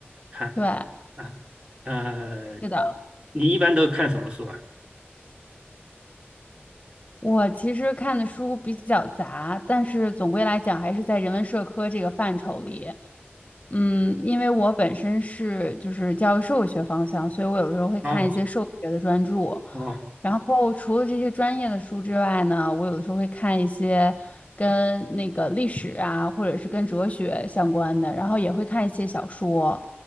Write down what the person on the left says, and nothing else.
对，
是的。
我其实看的书比较杂，但是总归来讲还是在人文社科这个范畴里。嗯，因为我本身是就是教育社会学方向，所以我有的时候会看一些社会学的专著。
然后除了这些专业的书之外呢，我有的时候会看一些跟那个历史啊，或者是跟哲学相关的，然后也会看一些小说。